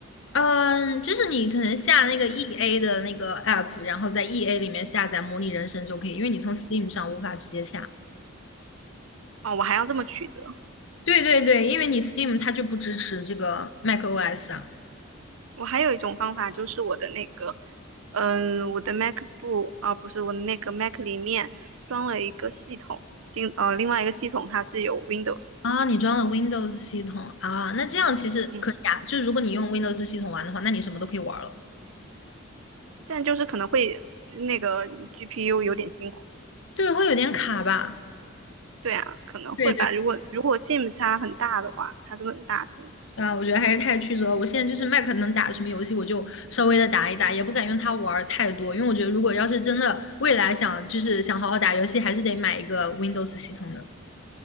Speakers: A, on the left; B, on the right.
A: 嗯，就是你可能下那个 EA 的那个 app，然后在 EA 里面下载《模拟人生》就可以，因为你从 Steam 上无法直接下。
B: 哦，我还要这么曲折。
A: 对对对，因为你 Steam 它就不支持这个 macOS 啊。
B: 我还有一种方法，就是我的那个，嗯，我的 MacBook 啊，不是我的那个 Mac 里面装了一个系统，新呃另外一个系统它是有 Windows，
A: 啊，你装了 Windows 系统啊，那这样其实可以啊。
B: 嗯，
A: 就如果你用 Windows 系统玩的话，那你什么都可以玩了。
B: 但就是可能会那个 GPU 有点辛苦。
A: 对，会有点卡吧？
B: 对啊，可能会吧。
A: 对对
B: 如果如果 Sims 它很大的话，它就很大型，
A: 啊，我觉得还是太曲折了。我现在就是 Mac 能打什么游戏，我就稍微的打一打，也不敢用它玩儿太多，因为我觉得如果要是真的未来想就是想好好打游戏，还是得买一个 Windows 系统的。